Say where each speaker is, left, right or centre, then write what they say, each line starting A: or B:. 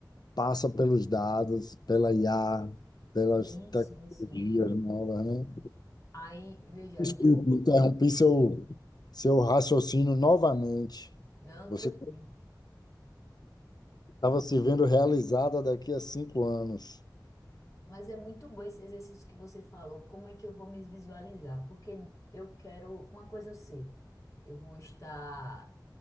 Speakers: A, on the left (about 65°); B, on the left (about 45°).
A: passa pelos dados, pela IA, pelas
B: sim,
A: tecnologias
B: sim. sim.
A: novas, né?
B: Aí, veja,
A: Desculpe,
B: eu.
A: interrompi seu, seu raciocínio novamente.
B: Não,
A: Você
B: tranquilo.
A: estava se vendo realizada daqui a cinco anos,
B: Mas é muito bom esse exercício que você falou. Como é que eu vou me visualizar? Porque eu quero. Uma coisa eu sei. Eu vou estar.